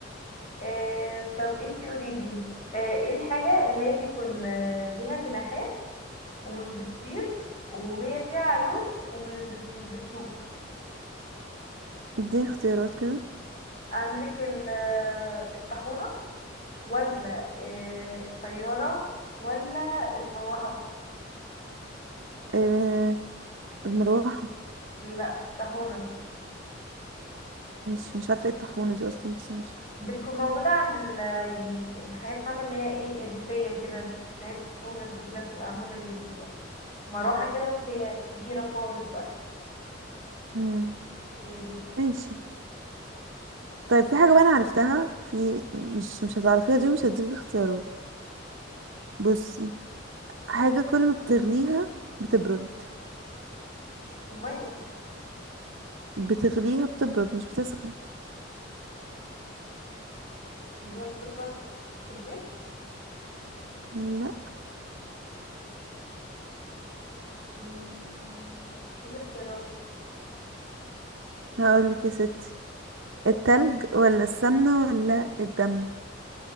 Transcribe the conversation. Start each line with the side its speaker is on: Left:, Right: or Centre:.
Left: آه طب انتي قوليلي آه ايه الحاجة اللي هي بيكون آه، ليها جناحات ومش بتطير وهي فيها عيون ومش بت- مش بتشوف
Right: اديني اختيارات كده
Left: عندك ال- الطاحونة ولا آه، الطيارة ولا المروحة
Right: ال- المروحة
Left: لا الطاحونة
Right: مش مش عارفة ايه الطاحونة دي اصلا بس ماشي
Left: بتكون موجودة عند ال يعني الحاجات فاهمة اللي هي ايه الريفية كده اللي هي الطاحونة دي كده بتبقى عاملة زي المروحة كده بس هي كبيرة خالص بقى
Right: مم.
Left: هي دي
Right: ماشي طيب في حاجة بقى انا عرفتها في مش مش هتعرفيها دي مش هديك اختيارات بصي حاجة كل ما بتغليها بتبرد
Left: المية
Right: بتغليها بتبرد مش بتسخن
Left: اللي هي بتبرد الزيت
Right: لا
Left: مم، كده اختيارات
Right: هقول لك يا ستي التلج ولا السمنة ولا الدم